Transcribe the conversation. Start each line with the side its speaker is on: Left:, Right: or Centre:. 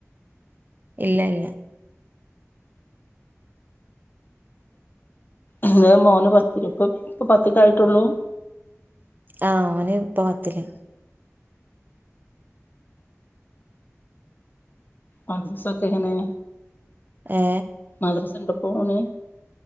Right: ഇല്ല ഇല്ല
Left: എളേ മോന് പത്തില് പ്പം പ്പം പത്ത്ക്കായിട്ടൊള്ളു
Right: ആ ഓന് ഇപ്പ പത്തില്
Left: മദ്രസൊക്കെങ്ങനെ
Right: ഏ
Left: മദ്രസ്ണ്ടോ പ്പോന്